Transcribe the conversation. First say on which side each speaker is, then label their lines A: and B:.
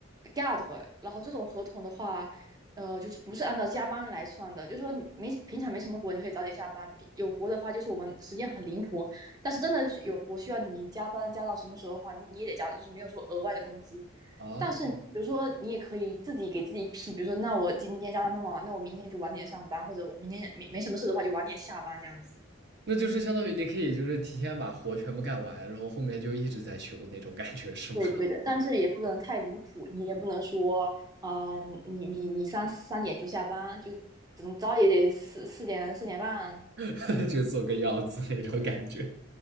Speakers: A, on the right; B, on the right.
A: g u a r 然后这种合同的话，呃，就是不是按照加班来算的，就是说你没平常没什么活，你可以早点下班；平有活的话，就是我们时间很灵活。但是真的是有活需要你加班加到什么时候的话，你你也得加，就是没有说额外的工资。
B: 啊，
A: 但是比如说你也可以自己给自己批，比如说那我今天加班那么晚，那我明天就晚点上班，或者我明天没没什么事的话就晚点下班这样子。
B: 那就是相当于你可以就是提前把活全部干完，然后后面就一直在休那种感觉是吗？
A: 对对的，但是也不能太离谱，你也不能说，嗯，你你你三三点就下班，就怎么着也得四四点四点半走。
B: <laughs> 就做个样子那种感觉。